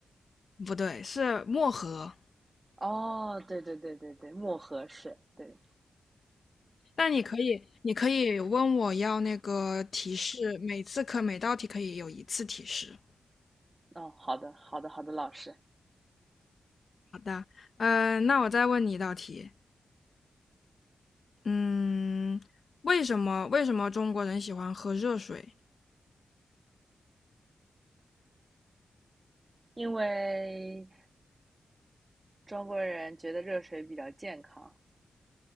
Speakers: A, on the left; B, on the right.
A: 不对，是漠河。
B: 哦，对对对对对，漠河水。对，
A: 但你可以，你可以问我要那个提示，每次可每道题可以有一次提示。
B: 哦，好的好的好的，老师，
A: 好的，呃，那我再问你一道题，嗯，为什么为什么中国人喜欢喝热水？
B: 因为中国人觉得热水比较健康，